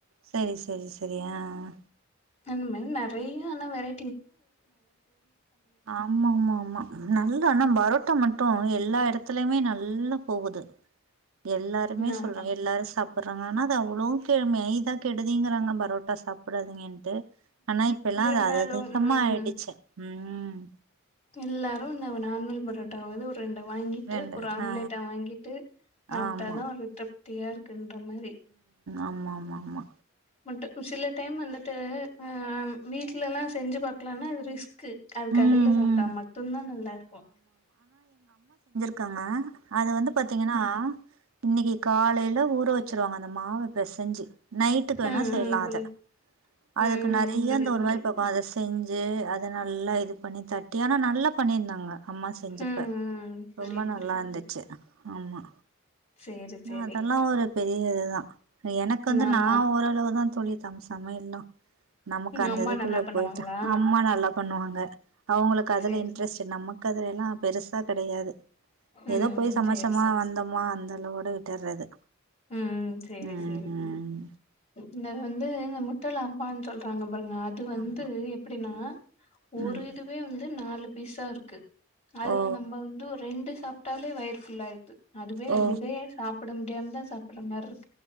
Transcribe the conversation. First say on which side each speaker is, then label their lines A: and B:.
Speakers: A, on the right; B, on the left.
A: செரி செரி செரி ஆ ஆ
B: அந் மாரி நுறையா ஆன வெரை
A: ஆமா ஆமா ஆமா நல் ஆனா பரோ ட்டா மட்டு எல்லா எடத்துலயுமே நல்லா போகுது எல்லாருமே
B: ஆமா
A: சொல்றாங்க எல்லாரு சாப்புடுறாங்க ஆனா அது அவ்வளே கே மெய்தா கெடுதிங்குறாங்க பரோட்டா சாப்பிடாதிங்கட்டு, ஆனா இப்போ எல்லா
B: இருந்தாலும்
A: அது அதது தம்மா
B: ம்
A: ஆயிடுச்சு ம்
B: எல்லாரு இந்த நார்மல் பரோட்டாவது ஒரு ரெண்டு வாங்கிட்டு
A: வேண்ட
B: ஒரு ஆம்லேட்டா
A: ஆ
B: வாங்கிட்டு சாப்ட்டாதா
A: ஆமா
B: ஒரு திருப்தியா இருக்குன்ற மாரி
A: ஆமா ஆமா ஆமா
B: மட்டு சில டைமு வந்துட்டு அ வீட்ல எல்லா செஞ்சு பாக்கலானா அது ரிஸ்க் க்கு அது
A: ம்
B: கடையில சாப்ட்டா
A: ம்
B: மட்டுதா நல்லா இருக்கோ
A: இருக்காங்க அது வந்து பாத்தீங்கனா இன்னிக்கு காலைல ஊற வெச்சிருவாங்க மாவுப்பெசஞ்சு நைட்டுக்கு வேணா
B: ம்
A: செய்லா
B: ம் புரியுது
A: அத அதுக்கு
B: ம்
A: நறைய
B: ம் புரியுது
A: அந்த ஒரு
B: புரியுது
A: மாரி பக்வோ அத செஞ்சு து அத நல்லா இது பண்ணி தட்டி ஆனா நல்லா பண்ணிருந்தாங்க அம்மா செஞ்சப்ப
B: ம் ம் புரியுது
A: ரொம்ப நல்லா
B: புரியுது
A: இருந்துச்சு
B: தோ
A: ஆமா
B: சேரி சேரி
A: அதெல்லா ஒரு பெரிய இதுதா எனக்கு வந்து
B: ம் ஆமா
A: நா ஓரளவுதா தோழி சம் சமையல் லா நமக்கு அந்த
B: அம்மா
A: இதுக்குள்ள
B: நல்லா பண்ணுவாங்களா
A: போயிட்டா அம்மா நல்லா சமைப்பாங்க அவுங்குளுக்கு அதுல
B: சேரி
A: இன்ட்ரெஸ்டு நமக்கு அதுல எல்லா பெருசா கெடையாது
B: ம்
A: ஏதோ போய் சமோச்சமா
B: சேரி சேரி
A: வந்தோமா அந்த அளவோட விட்டுறது
B: ம் ம் சேரி
A: ம்
B: சேரி
A: ம்
B: ப் இங்க வந்து இந்த முட்டலா ஆம்பானு சொல்றாங்க பாங்க அது வந்து
A: ஆமா
B: எப்டின்னா
A: ம்
B: ஒரு
A: ம்
B: இதுவே வந்து நாலு பீஸா இருக்கு அதுல
A: ஓ
B: நம்ம வந்து ஒரு ரெண்டு சாப்ட்டாலே வயிரு ஃபுல் ஆயிட்து அதுவே
A: ஓ
B: ரெண்டே சாப்ட முடியாமதா சாப்புட்ற மாரி இருக்